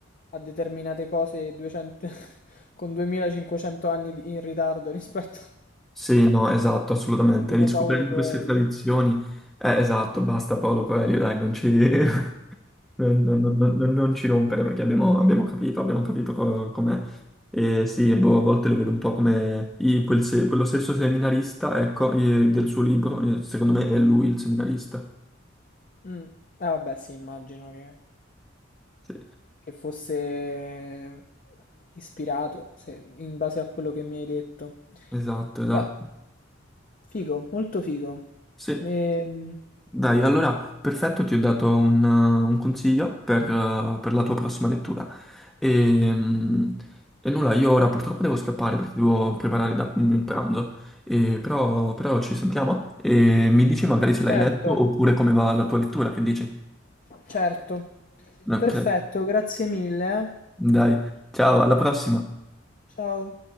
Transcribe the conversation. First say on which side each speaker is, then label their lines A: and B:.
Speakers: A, on the left; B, in the centre.
A: a determinate cose 200 <laughs> con 2500 anni di- in ritardo rispetto <laughs> a
B: Sì, no, esatto, assolutamente.
A: tipo
B: Riscoprendo
A: Paolo Coelho.
B: queste tradizioni... Eh, esatto, basta Paolo Coelho, dai, non ci... <laughs> Non, non- non- non- non ci rompere perché abbiamo, abbiamo capito, abbiamo capito co- com'è. E sì, e boh, a volte lo vedo un po' come i- quel se- quello stesso seminarista, ecco, eh, del suo libro, eh, secondo me è lui il seminarista.
A: Mm. Ah, vabbè, sì, immagino che...
B: Sì,
A: che fosse ispirato, se- in base a quello che mi hai detto.
B: esatto, esatto.
A: Beh, figo, molto figo.
B: Sì.
A: Ehm,
B: Dai, allora, perfetto, ti ho dato un, eh, un consiglio per, eh, per la tua prossima lettura. E, mm, e nulla, io ora purtroppo devo scappare perché devo preparare da- mm, il pranzo, E però, però ci sentiamo e mi dici magari se l'hai
A: certo,
B: letto oppure come va la tua lettura, che dici?
A: certo.
B: Ok,
A: Perfetto, grazie mille. eh.
B: dai, ciao, alla prossima.
A: Ciao.